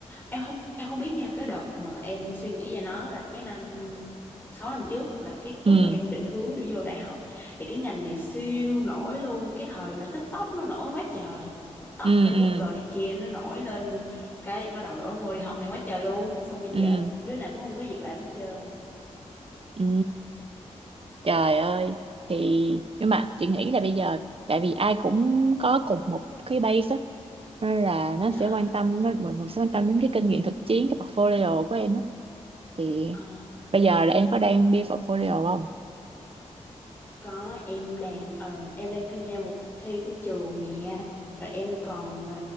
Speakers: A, on the left; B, on the right.
A: Em không em không biết nha cái đợt mà em suy nghĩ về nó là cái năm 6 năm trước là cái lúc
B: ừ
A: mà em định hướng đi vô đại học thì cái ngành này siêu nổi luôn, cái thời mà TikTok nó nổi quá trời TikTok
B: ừ
A: Facebook
B: ừ
A: đồ này kia nó nổi lên cái bắt đầu đổ xô đi học này quá trời luôn xong bây
B: ừ
A: giờ đứa nào cũng không có việc làm hết trơn
B: ừ trời ơi thì nhưng mà chị nghĩ là bây giờ tại vì ai cũng có cùng một cái base á nên là nó
A: dạ
B: sẽ quan tâm nó mọi người sẽ quan tâm đến cái kinh nghiệm thực chiến cái portfolio của em á thì
A: Ờ,
B: bây giờ là em có đang build portfolio không
A: có em đang ờ, em đang tham gia một cuộc thi của trường nè rồi em còn ờ,